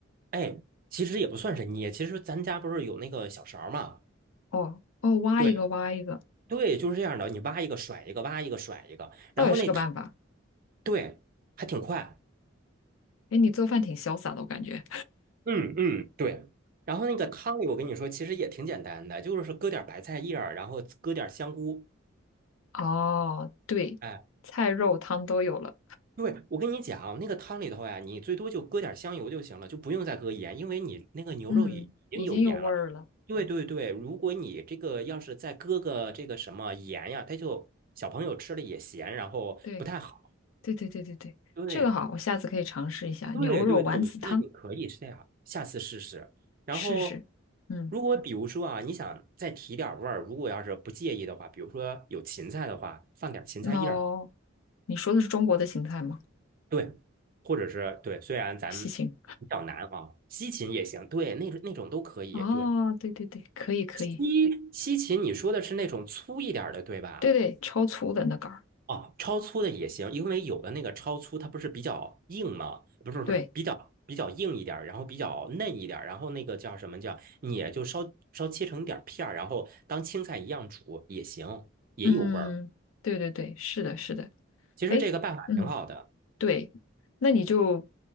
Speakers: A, on the right; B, on the left.
A: 哎，其实也不算是捏，其实咱家不是有那个小勺儿嘛？
B: 哦哦，挖一个挖一个，
A: 对对，就是这样的，你挖一个甩一个，挖一个甩一个，
B: 倒也是个办法。
A: 然后那汤，对，还挺快。
B: 哎，你做饭挺潇洒的，我感觉。
A: 嗯嗯，对。然后那个汤里，我跟你说，其实也挺简单的，就是搁点白菜叶儿，然后搁点香菇，
B: 哦，对，
A: 哎，
B: 菜肉汤都有了，
A: 对，我跟你讲，那个汤里头呀，你最多就搁点香油就行了，就不用再搁盐，因为你那个牛肉已已经有盐了。
B: 嗯，已经有味儿了。
A: 对对对，如果你这个要是再搁个这个什么盐呀，它就小朋友吃了也咸，然后不太好。
B: 对对对对对对，
A: 对
B: 这个好，我下次可以尝试一下牛肉丸子汤，
A: 对对对，我觉得你可以是这样，下次试试。然后，
B: 试试。嗯。
A: 如果比如说啊，你想再提点儿味儿，如果要是不介意的话，比如说有芹菜的话，放点儿芹菜叶儿。
B: 猫。你说的是中国的芹菜吗？
A: 对，或者是对，虽然咱们比较难啊，
B: 西芹。
A: 西芹也行，对，那种那种都可以。
B: 哦，
A: 对，
B: 对对对，可以可以，
A: 西西芹你说的是那种粗一点儿的，对吧？
B: 对对，超粗的那杆儿。
A: 哦，超粗的也行，因为有的那个超粗它不是比较硬吗？不是不是，
B: 对，
A: 比较比较硬一点儿然后比较嫩一点儿然后那个叫什么叫，你也就稍稍切成点儿片儿，然后当青菜一样煮也行，也有味儿。
B: 嗯，对对对，是的，是的。
A: 其实这个办法挺好的。
B: 哎，嗯，对，那你就